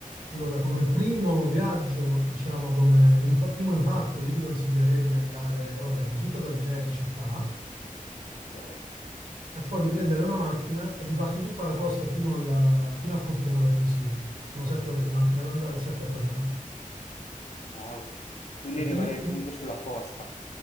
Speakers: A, on the right; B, on the left.
A: Allora, come primo viaggio, diciamo come imp- primo impatto, io ti consiglierei di andare, vabbè, innanzitutto ad Algeri città,
B: Ok.
A: e poi di prendere una macchina e di farti tutta la costa fino, alla- fino al confine con la Tunisia. Sono sette ore di macchina ad andare e sette a tornare.
B: Wow. Quindi
A: Perché
B: rimarrei
A: lì, lì-
B: comunque sulla costa,